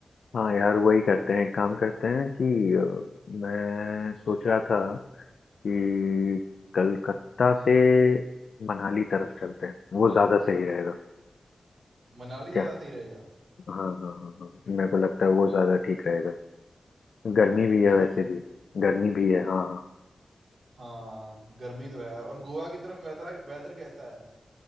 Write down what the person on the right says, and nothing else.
मनाली ज्यादा
सही रहेगा
ठीक
हाँ गर्मी तो है और गोवा की तरफ वेदर वेदर कैसा है